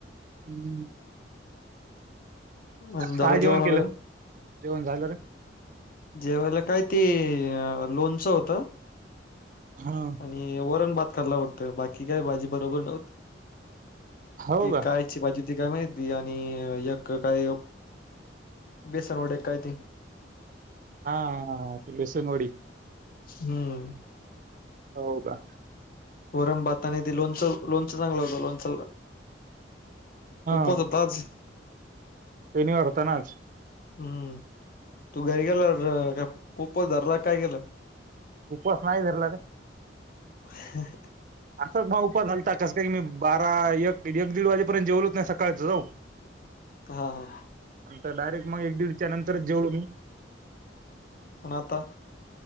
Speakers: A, on the right (about 45°); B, on the left (about 50°).
A: हम्म..
B: आणि झालं
A: काय जेवण केलं,
B: वगैरे
A: जेवण झालं रे
B: जेव्हाला काय ते लोनचं होतं.
A: हा..
B: आणि वरण बात खाल्ला बघत बाकी काय भाजी बरोबर नव्हती
A: हो
B: की
A: का
B: काय. अची भाजी हो तती काय माहिती आणि एक काय बेसन वडे काय ते..
A: हा हा ते बेसनवडी.
B: हम्म...
A: हो का..
B: वरण-भात आणि लोणचं, लोणचं चांगलं होतं लोणचं.
A: हा
B: उपवास होता आज.
A: शनिवार होता ना आज.
B: हम्म तू घरी गेलं का उपवास धरला काय केेलं.
A: उपवास नाही धरला रे.
B: ह..
A: असंच भाऊ म्हणालता कसं काय मी बारा एक एक दीड वाजेपर्यंत जेवलोच नाही सकाळच पासून. <inaudible>
B: हा हा...
A: नंतर डायरेटग एक दीडच्या नंतरच जेवलो मी.
B: पण आता.